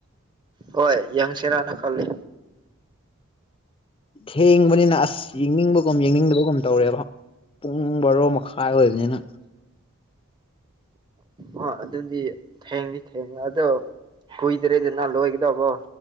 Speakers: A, on the right; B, on the left.
A: ꯍꯣꯏ ꯌꯥꯪꯁꯦꯔꯥꯅ ꯈꯜꯂꯤ
B: ꯊꯦꯡꯕꯅꯤꯅ ꯑꯁ ꯌꯦꯡꯅꯤꯡꯕꯒꯨꯝ ꯌꯦꯡꯅꯤꯡꯗꯕꯒꯨꯝ ꯇꯧꯔꯦꯕ ꯄꯨꯡ ꯕꯥꯔꯣ ꯃꯈꯥꯏ ꯑꯣꯏꯕ ꯑꯅ
A: ꯍ ꯑꯗꯨꯗꯤ ꯊꯦꯡꯂꯤ ꯊꯦꯡꯅ ꯑꯗꯣ ꯀꯨꯏꯗ꯭ꯔꯦꯗ ꯅ ꯂꯣꯏꯒꯗꯧꯕꯣ